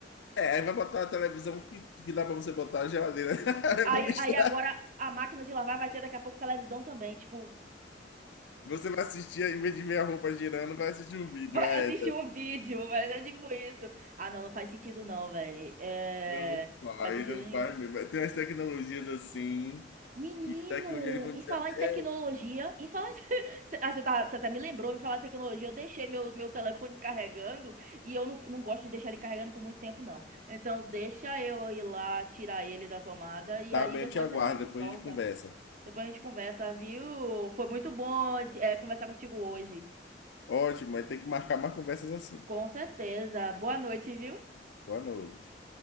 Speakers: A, on the left (about 80°); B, on the right (about 45°).
A: É, aí vai botar uma televisão que, que dá pra você botar a geladeira. <laughs>
B: Aí,
A: Vamos misturar.
B: aí agora a máquina de lavar vai ter daqui a pouco televisão também. Tipo,
A: Você vai assistir, em vez de ver a roupa girando, vai assistir um vídeo.
B: Vai
A: Ah, é.
B: assistir um vídeo, mas é tipo isso. Ah, não, não faz sentido não, velho. É...
A: Não faz,
B: Faz sentido
A: não
B: nenhum.
A: faz mesmo. Tem umas tecnologias assim
B: Menino,
A: que daqui a um dia eles vão
B: em
A: dizer
B: falar
A: até.
B: em tecnologia, em falar em... <laughs> Cê- Ah, você tá, você até me lembrou, em falar em tecnologia, eu deixei meu, meu telefone carregando e eu não, não gosto de deixar ele carregando por muito tempo, não. Então, deixa eu ir lá tirar ele da tomada e
A: Tá
B: aí
A: bem,
B: depois
A: eu te aguardo,
B: a gente
A: depois
B: volta.
A: a gente conversa.
B: Depois a gente conversa, viu? Foi muito bom, é, conversar contigo hoje.
A: Ótimo, mas tem que marcar mais conversas assim.
B: Com certeza. Boa noite, viu?
A: Boa noite.